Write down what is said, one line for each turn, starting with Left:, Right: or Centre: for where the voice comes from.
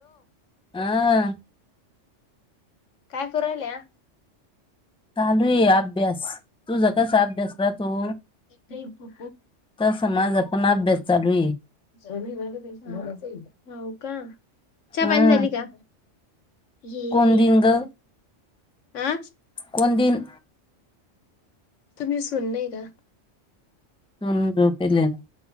Centre: आहा
Left: काय करु रहायल्या?
Centre: चालू ये अभ्यास तू ज कस अभ्यास रा तो.
Left: रेपो.
Centre: आचा समाज आपण अभ्यास चालू आहे.
Left: हो का चहा
Centre: हं
Left: पाणी झाली का? ये
Centre: कोण
Left: येल
Centre: दिन
Left: स
Centre: ग
Left: अ.
Centre: कोण दिन
Left: तुम्ही सुनणे का?
Centre: <unintelligible>